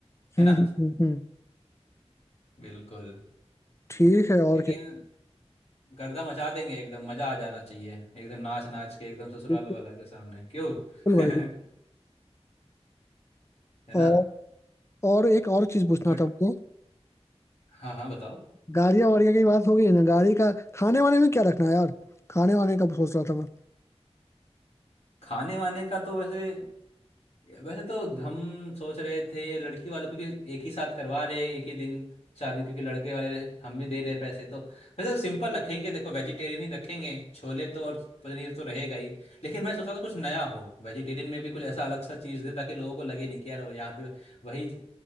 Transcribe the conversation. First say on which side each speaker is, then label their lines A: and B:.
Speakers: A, on the left; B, on the left.
A: है
B: हम्म
A: ना
B: हम्म हम्म हम्म।
A: बिल्कुल
B: ठीक है और
A: लेकिन
B: क्या
A: गर्दा मचा देंगे एकदम मजा आ जाना चाहिए एकदम नाच नाच के एकदम ससुराल
B: बिल्कुल
A: वाला के सामने क्यों
B: भाई
A: <laughs> है ना
B: और और एक और चीज पूछना
A: और
B: था मुझे
A: हाँ हाँ बताओ
B: गाड़िया वाड़िया की बात हो गई ना गाड़ी का खाने वाने में क्या रखना है यार खाने वाने का सोच रहा था मैं
A: खाने वाने का तो वैसे वैसे तो हम सोच रहे थे लड़की वालों क्योंकि एक ही साथ करवा रहे हैं एक ही दिन शादी क्योंकि लड़के वाले हम भी दे रहे हैं पैसे तो वैसे तो सिंपल रखेंगे देखो वेजिटेरियन ही रखेंगे छोले तो और पनीर तो रहेगा ही लेकिन मैं सोच रहा था कुछ नया हो वेजिटेरियन में भी कुछ ऐसा अलग सा चीज़ दे ताकि लोगों को लगे नहीं कि यार यहाँ पे वही